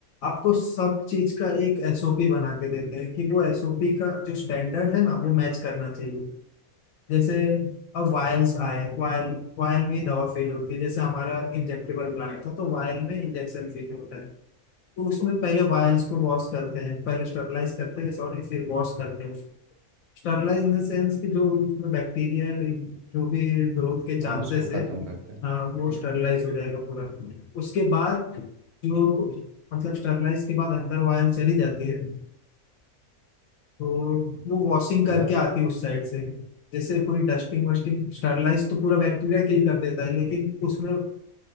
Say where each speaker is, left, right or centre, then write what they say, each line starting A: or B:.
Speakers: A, on the left (about 75°); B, on the right (about 60°).
A: आपको सब चीज का एक एसओपी बना के देते हैं कि वो एसओपी का जो स्टैंडर्ड है ना वो मैच करना चाहिए जैसे अब वायल्स आए वायल वायल में ही दवा फेल होती है जैसे हमारा इंजेक्टेबल प्लांट था तो वायल में इंजेक्शन फेल होता है तो उसमें पहले वायल्स को वॉश करते हैं पहले स्टरलाइज करते हैं सॉरी फिर वॉश करते हैं उसको स्टरलाइज इन द सेंस कि जो उसमें बैक्टीरिया जो भी ग्रोथ के चांसेस
B: हाँ उसको
A: है
B: खत्म करते हैं
A: हाँ वो
B: ठीक
A: स्टरलाइज
B: ठीक ठीक
A: हो जाएगा पूरा उसके बाद जो मतलब स्टरलाइज के बाद अंदर वायर चली जाती है तो वो वॉशिंग करके
B: के बाद
A: आती है उस साइड से जैसे कोई डस्टिंग वस्टिंग स्टरलाइज तो पूरा बैक्टीरिया किल कर देता है लेकिन उसमें अ,